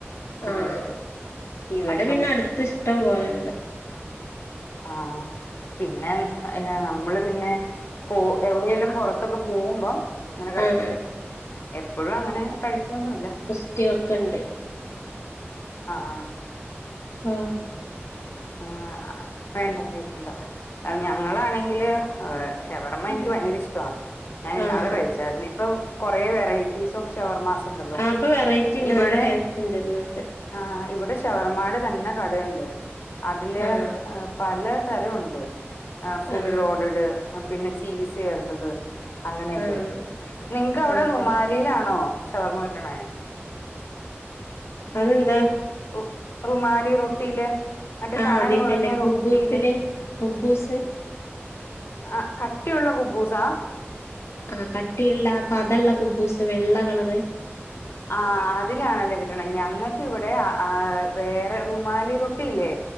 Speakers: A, on the left; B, on the left.
A: ആഹ്
B: ഉം
A: ഇവിടെ
B: അപ്പം
A: പിന്നെ അടുത്ത് ഇഷ്ടമ്പോലെണ്ട്
B: ആഹ് പിന്നെ നമ്മള് പിന്നെ പോ എവിടെലും പുറത്തൊക്കെ പോകുമ്പോം ഇങ്ങനെ കഴിക്കും
A: ആഹ്
B: എപ്പോഴും അങ്ങനെ കഴിക്കോന്നൂല
A: റ്റിയൊക്കെണ്ട്
B: ആഹ്
A: ആഹ്
B: ആഹ് വേണ്ട <unintelligible> ഞങ്ങളാണെങ്കില് ഏഹ് ഷവർമ്മ എനിക്ക്
A: ഉം
B: ഭയങ്കര ഇഷ്ടവാ ഞാൻ
A: ആഹ്
B: ഇന്നാള് കഴിച്ചായിരുന്നു ഇപ്പൊ കുറെ വെറൈറ്റീസ് ഓഫ് ഷവർമാസ് ഉണ്ടല്ലോ
A: ആഹ് പ്പൊ വെറൈറ്റിണ്ട്
B: ഇവിടെ
A: നല്ല ടേസ്റ്റ്ണ്ട് ഇന്നത്തെ
B: ആഹ് ഇവിടെ ഷവർമാടെ തന്നെ കടയുണ്ട് അതില്
A: ആഹ്
B: പല തരംണ്ട് ഫുൾ
A: ആഹ്
B: ലോർഡഡ് പിന്നെ ചീസ് ചേർത്തത് അങ്ങനെയൊക്കെ.
A: ആഹ്
B: നിങ്ങക്ക് അവിടെ
A: ആഹ്
B: റുമാലിയിലാണോ ഷവർമ്മ കിട്ടണെ
A: അതെന്താ
B: റ് റുമാലി റൊട്ടിയില് മറ്റേ
A: ആഹ്
B: കനം
A: അതി
B: കുറഞ്ഞ
A: തന്നെ
B: റൊട്ടിയില്
A: കുബൂസില് കുബൂസ്
B: ആ കട്ടിയുള്ള കുബ്ബൂസാ
A: ആഹ് കട്ടിയുള്ള പതള്ള കുബൂസ് വെള്ള കളറ്
B: ആഹ് അതിലാണല്ലേ കിട്ടണെ ഞങ്ങൾക്കവിടെ ആഹ് വേറെ റുമാലി റൊട്ടിയില്ലേ